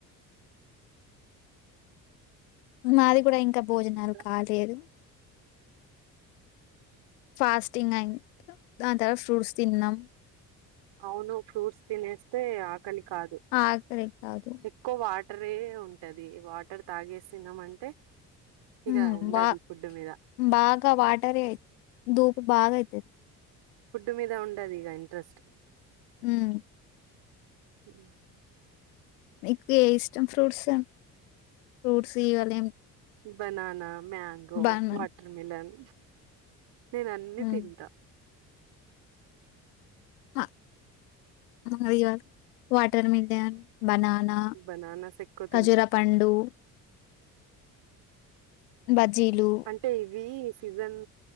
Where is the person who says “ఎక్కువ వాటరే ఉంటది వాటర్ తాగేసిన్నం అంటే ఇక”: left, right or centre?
Right